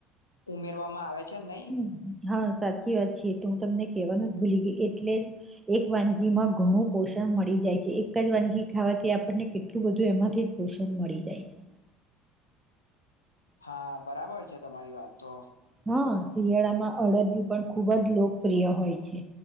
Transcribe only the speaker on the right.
હમ હા સાચ સાચી વાત છેી તો હું તમને કેહેવાનું જ ભૂલી ગઈ એટલે જ એક વાનગી માં ઘણું પોષણ મળી જાય છે એક જ વાનગી ખાવાથી આપણને કેટલું બધું એમાંથી જ પોષણ મળી જાય છે.
હા શિયાળામાં અડદયું પણ ખૂબ જ લોકપ્રિય હોય છે